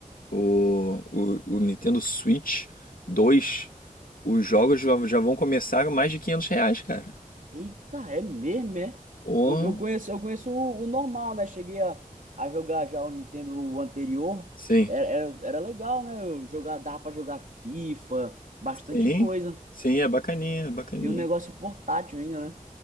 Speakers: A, on the left (about 80°); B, on the right (about 70°).
A: o, o, o Nintendo Switch dois. Os jogos já, já vão começar a mais de 500 reais, cara.
B: Eita, é mesmo, é?
A: Oh,
B: Eu, eu conheço, eu conheço o, o normal, né? Cheguei a, a jogar já o Nintendo anterior.
A: sim.
B: Era, era, era legal, né? Eu jogar, dava pra jogar FIFA, bastante
A: Sim.
B: coisa.
A: Sim, é bacaninha, é bacaninha.
B: E um negócio portátil ainda, né?